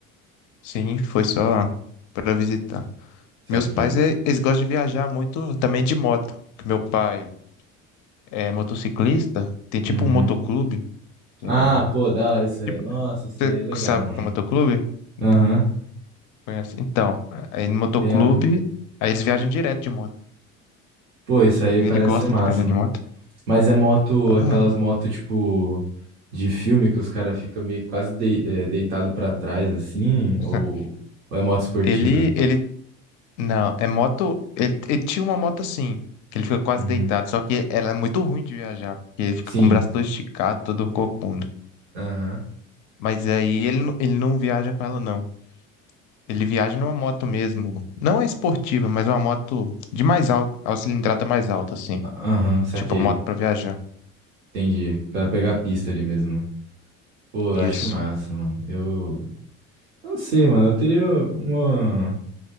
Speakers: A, on the left; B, on the right.
A: Sim, foi só pra visitar.
B: Isso
A: Meus
B: aqui.
A: pais, eh, eles gostam de viajar muito também de moto. que Meu pai é motociclista, tem tipo
B: Uhum.
A: um motoclube. É.
B: Ah, pô, da hora isso aí.
A: Tipo,
B: Nossa, isso
A: você
B: aí é legal,
A: sabe
B: mano.
A: o que é motoclube? Então,
B: Aham.
A: conhece? Então, aí no motoclube,
B: Tem a-
A: aí eles viajam direto de moto.
B: Pô, isso aí
A: Ele
B: parece
A: gosta
B: ser massa,
A: de viajar
B: mano.
A: de moto.
B: Mas é moto,
A: Aham.
B: aquelas motos tipo de filme que os caras ficam meio quase dei, eh, deitado para trás assim,
A: <laughs>
B: ou, ou é moto esportiva?
A: Ele, ele Não, é moto. Ele, ele tinha uma moto assim, que ele fica quase
B: Uhum.
A: deitado, só que ela é muito ruim de viajar, porque ele fica
B: Sim.
A: com o braço todo esticado, todo corcunda.
B: Aham.
A: Mas aí ele, não- ele não viaja com ela, não. Ele viaja numa moto mesmo. Não é esportiva, mas uma moto de mais alta, a cilindrada mais alta, assim.
B: Aham, saquei.
A: Tipo, uma moto pra viajar.
B: Entendi. Pra pegar a pista ali mesmo, né? Pô,
A: Isso.
B: eu acho massa, mano. Eu eu não sei, mano. Eu teria uma,